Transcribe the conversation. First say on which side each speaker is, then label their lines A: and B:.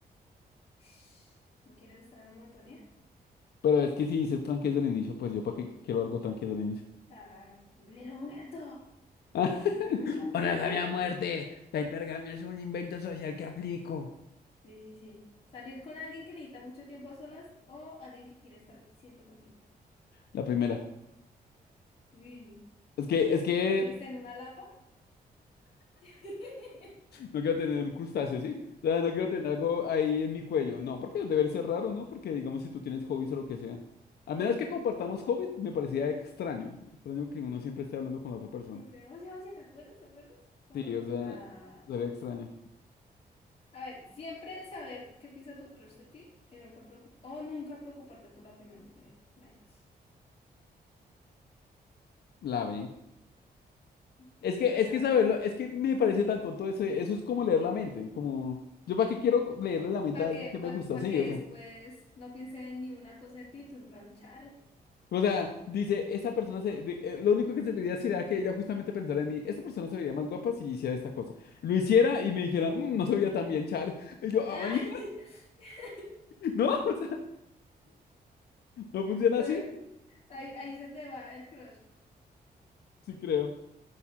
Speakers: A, on the left; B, on the left.
A: Ush, ¿No quieres estar en la monotonía?
B: Pero es que si dices tranqui desde el inicio, pues yo para qué quiero algo tranqui desde el inicio.
A: Ah, quiero vivir un momento.
B: <laughs>
A: <laughs>
B: Monogamia a muerte. La hipergamia es un invento social que aplico.
A: Sí, sí, sí. Salir con alguien que necesita mucho tiempo a solas o alguien que quiere estar siempre contigo.
B: La primera.
A: Uy,
B: Es que, es que
A: ¿no quieres tener una lapa? <laughs>
B: no quiero tener un crustáceo, ¿sí? O sea, no quiero tener algo ahí en mi cuello. No, porque debe ser raro, ¿no? Porque digamos si tú tienes hobbies o lo que sea. A menos que compartamos hobbies, me parecía extraño. Extraño que uno siempre esté hablando con la otra persona.
A: No sé, oye, oye, ¿te acuerdas? ¿Te acuerdas? Como
B: Sí,
A: nosotros.
B: o sea,
A: Ah.
B: sería extraño.
A: A ver, siempre saber qué piensa tu crush de ti y nunca preocu- o nunca preocuparte por la opinión de nadie más.
B: La B.
A: ¿Quieres
B: Es que,
A: dejar?
B: es que saberlo, es que me parece tan tonto eso, eso es como leer la mente, como, yo para qué quiero leerle la mente
A: Para
B: a alguien
A: que,
B: que me
A: pa,
B: gusta,
A: pa
B: sí,
A: que
B: o sea,
A: después no piense en ninguna cosa en ti, tú en plan, chale.
B: o sea, dice, esa persona se, de- eh, lo único que serviría sería que ella justamente pensara en mí, esta persona se vería más guapa si hiciera esta cosa, lo hiciera y me dijera, "Mm, no se veía tan bien, chale, y yo, ay,
A: Ah, <laughs>
B: <laughs> no, o sea, no funciona
A: entonces,
B: así,
A: ahí, ahí se te va el crush.
B: sí creo,